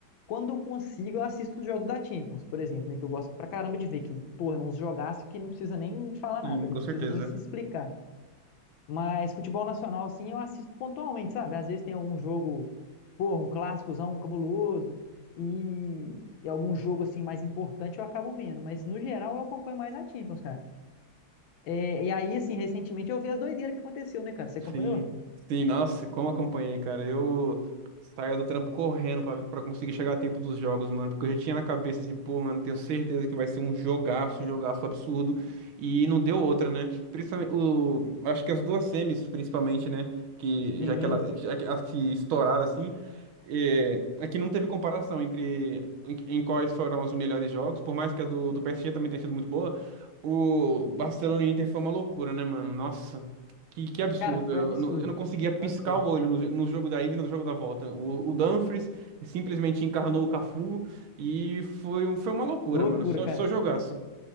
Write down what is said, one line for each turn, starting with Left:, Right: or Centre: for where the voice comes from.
Left: quando eu consigo, eu assisto os jogos da Champions, por exemplo, né? Que eu gosto pra caramba de ver, que, porra, é uns jogaços que não precisa nem falar
Right: E
Left: nada, né?
Right: com
Left: Não
Right: certeza.
Left: precisa nem se explicar. Mas futebol nacional, assim, eu assisto pontualmente, sabe? Às vezes tem algum jogo, porra, um clássicozão, um cabuloso, e, e algum jogo, assim, mais importante eu acabo vendo. Mas, no geral, eu acompanho mais a Champions, cara. É, e aí, assim, recentemente eu vi as doideiras que aconteceu, né, cara? Você acompanhou?
Right: Sim, sim, nossa, como acompanhei, cara. Eu saía do trampo correndo pra, pra conseguir chegar a tempo dos jogos, mano. Porque eu já tinha na cabeça assim, pô, mano, tenho certeza que vai ser um jogaço, um jogaço absurdo. E não deu outra, né? Principalmente, o, acho que as duas semis, principalmente, né? Que
Left: Sim.
Right: já que, ela, já que, as que estouraram assim. É, é que não teve comparação entre em, em quais foram os melhores jogos, por mais que a do, do PSG também tenha sido muito boa. O Barcelona e Inter foi uma loucura, né, mano? Nossa. Que, que absurdo.
Left: Cara, foi
Right: Eu
Left: absurdo.
Right: não, eu não conseguia piscar
Left: Foi absurdo.
Right: o olho no, no jogo da ida e no jogo da volta. O, o Dumfries simplesmente encarnou o Cafu e foi, um- foi uma loucura,
Left: Loucura,
Right: mano. Só,
Left: cara.
Right: só jogaço.